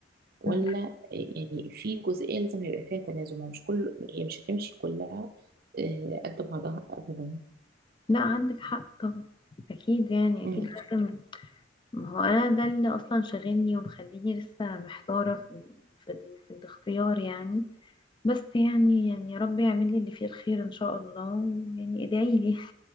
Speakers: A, on the right; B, on the left.
A: ولا
B: م.
A: يعني في جزئية لازم يبقى فيها تنازل ما هو مش كل هي مش هتمشي كلها آه، قد بعضها ابدا
B: لا عندك حق طبعا اكيد يعني
A: مم.
B: اكيد لازم ما هو انا ده اللي اصلا شاغلني ومخليني لسه محتاره في في, ال... في الاختيار يعني بس يعني يعني يا رب يعمل لي اللي فيه الخير ان شاء الله ويعني ادعي لي <laughs>